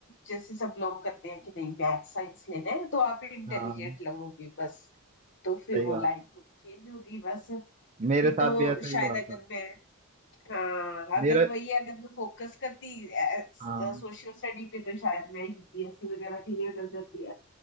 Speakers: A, on the left; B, on the right.
A: जैसे सब लोग करते हैं कि नहीं मैथ साइंस लेना है तो आप इंटेलिजेंट
B: हाँ
A: लगोगे बस तो फिर
B: सही
A: वो
B: बात
A: लाइन चेंज होगी बस नहीं
B: मेरे साथ
A: तो
B: भी ऐसा ही
A: शायद
B: हुआ था
A: अगर मैं हाँ अगर
B: मेरे
A: वही अगर मैं फोकस करती सोशल
B: हाँ
A: स्टडी पे तो शायद मैं यूपीएससी वगैरह क्लियर कर जाती